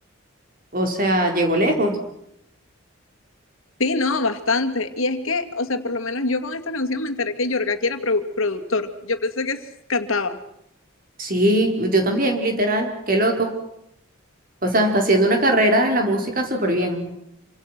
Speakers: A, on the right (about 45°); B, on the left (about 85°).
A: O sea, llegó lejos.
B: Sí, no, bastante. Y es que, o sea, por lo menos yo con esta canción me enteré que Yorga era pro- productor. Yo pensé que s- cantaba.
A: Sí, yo también, literal. Qué loco. O sea, está haciendo una carrera en la música súper bien.